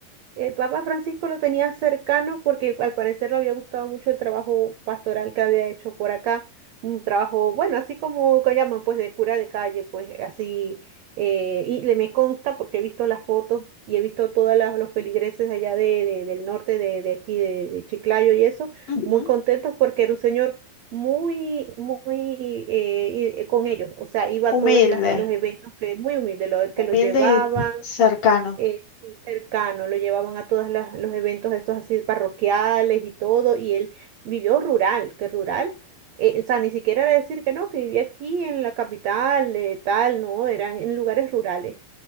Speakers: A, on the right; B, on the left.
A: el Papa Francisco lo tenía cercano porque al parecer le había gustado mucho el trabajo pastoral que había hecho por acá. Un trabajo, bueno, así como que llaman, pues de cura de calle, pues así. eh, y le me consta porque he visto las fotos y he visto todos los feligreses de allá de, de- del norte, de, de aquí, de, de Chiclayo y eso,
B: Ujú.
A: muy contentos porque era un señor muy, muy eh, y- eh, con ellos. O sea, iba
B: Humilde,
A: a todos las- los eventos que, muy humilde, lo,
B: humilde
A: que los llevaban
B: y cercano,
A: eh, sí, cercano, lo llevaban a todos los eventos estos así parroquiales y todo, y él vivió rural, que rural, eh, o sea, ni siquiera era decir que no, que vivía aquí en la capital, eh, tal, no, era en lugares rurales.